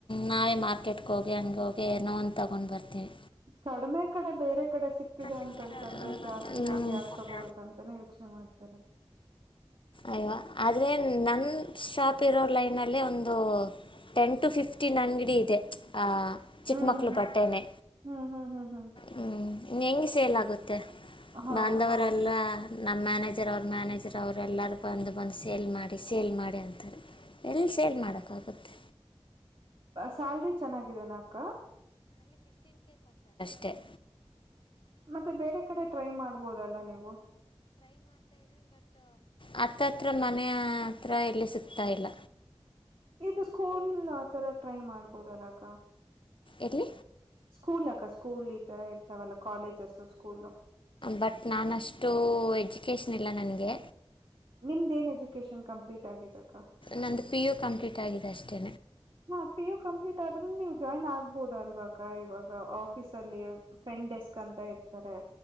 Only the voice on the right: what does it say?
ಕಡಿಮೆ ಕಡೆ ಬೇರೆ ಕಡೆ ಸಿಕ್ತಿದೆ
ಅಂತಂತಂದ್ರೆ
ಜಾಸ್ತಿ
ಕುಟ್ಟಿ
ಆಕ್
ತಗೋಬೇಕಂತಾನೇ ಹೇಳ್ ಇ ಮಾಡ್ತಾರೆ
ಹ್ಮ್
ಹ್ಮ್ ಹ್ಮ್ ಹ್ಮ್ ಹ್ಮ್.
ಹೌದು
ಹೌದು
ಸ್ಯಾಲ್ರಿ ಚೆನ್ನಾಗಿದೆನ ಅಕ್ಕ
ಮತ್ತೆ ಬೇರೆ ಕಡೆ ಟ್ರೈ ಮಾಡ್ಬೋದಲ್ಲ ನೀವು
ಇದು ಸ್ಕೂಲ್ ಆತರ ಟ್ರೈ ಮಾಡ್ಬೋದಲ್ಲಕ್ಕ
ಸ್ಕೂಲ್ ಅಕ್ಕ ಸ್ಕೂಲ್ ಈ ತರ ಇರ್ತಾವಲ್ಲ ಕಾಲೇಜ ಸ್ಕೂಲ
ನಿಮ್ದೇನ್ ಎಜುಕೇಶನ್ ಕಂಪ್ಲೀಟ್ ಆಗಿದ್ದಕ್ಕ
ಹಾ ಪಿ ಯು ಕಂಪ್ಲೀಟ್ ಆದ್ರೆ ನೀವು ಜಾಯ್ನ್ ಆಗ್ಬೋದ ಅಲ್ವಾಕ ಇವಾಗ ಆಫೀಸ ಅಲ್ಲಿ ಫ್ರೆಂಟ್ ಡೆಸ್ಕ್ ಅಂತ ಇರ್ತಾರೆ